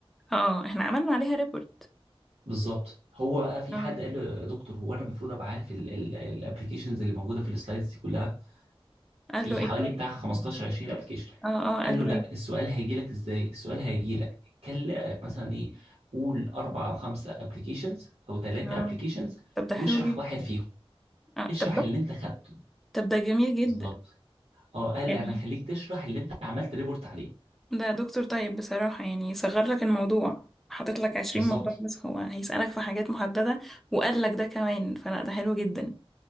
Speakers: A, in the centre; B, on the right (about 85°).
A: <laughs> اه احنا عملنا عليها ريبورت
B: بالظبط هو بقى في
A: اه
B: حد قال له يا دكتور هو انا المفروض ابقى عارف الابلكيشنز اللي موجوده في السلايدز دي كلها
A: قال
B: في
A: له ايه
B: حوالي
A: طيب
B: بتاع 15 20 ابلكيشن
A: اه اه قال
B: قال له
A: له
B: لا
A: ايه
B: السؤال هيجي لك ازاي السؤال هيجي لك اتكلم مثلا ايه قول اربع او خمسه ابلكيشنز او ثلاثه
A: اه
B: ابلكيشنز
A: طب ده حلو
B: واشرح
A: جدا
B: واحد فيهم
A: اه
B: اشرح
A: طب
B: اللي انت خدته
A: طب ده جميل جدا
B: بالظبط اه قال
A: يعني
B: انا هخليك تشرح اللي انت عملت ريبورت عليه
A: ده دكتور طيب بصراحة يعني صغر لك الموضوع حاطط لك عشرين
B: بالظبط
A: موضوع بس هو هيسألك في حاجات محددة وقال لك ده كمان فلا ده حلو جدا